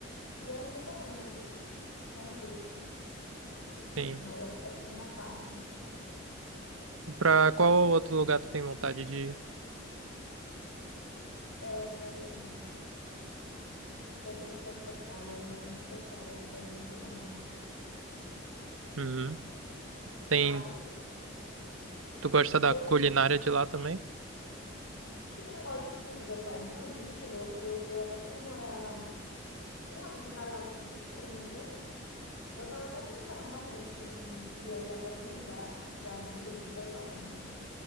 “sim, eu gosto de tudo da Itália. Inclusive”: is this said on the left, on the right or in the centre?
Left